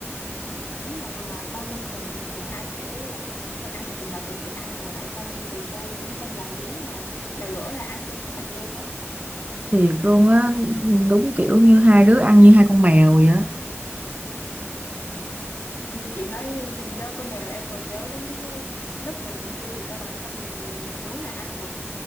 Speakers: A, on the left; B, on the right.
A: đúng rồi mà con tôm hùm mình còn ăn kiểu là thôi ăn phần nào thịt thì ăn còn lại không thì thôi cũng không làm biếng là là gỡ ra ăn cho sạch luôn á
B: thiệt luôn á đúng kiểu như hai đứa ăn như hai con mèo vậy
A: ừ. <laughs> chị nói đó con mèo em còn nhớ đến cái du lúc mà mình du lịch Cao Bằng xong mình muốn là ăn một